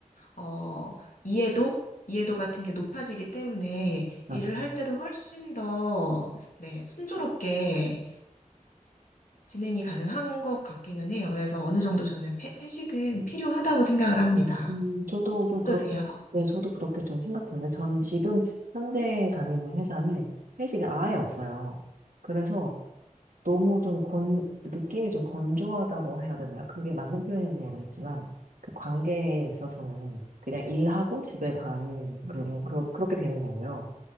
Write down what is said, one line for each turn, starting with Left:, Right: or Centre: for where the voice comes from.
Left: 어, 이해도? 이해도 같은 게 높아지기 때문에
Right: 맞아요.
Left: 일을 할 때도 훨씬 더, 네, 순조롭게 진행이 가능한 것 같기는 해요. 그래서 어느 정도 저는 패- 회식은 필요하다고 생각을 합니다.
Right: 음, 저도
Left: 어떠세요?
Right: 좀 그렇고, 네, 저도 그렇게 좀 생각하는데, 저는 지금 현재 다니는 회사는 회식이 아예 없어요. 그래서 너무 좀 건, 느낌이 좀 건조하다고 해야 되나요? 그게 맞는 표현인지 모르겠지만, 그 관계에 있어서는 그냥 일하고 집에 가는, 그런, 그러, 그렇게 되는 거예요.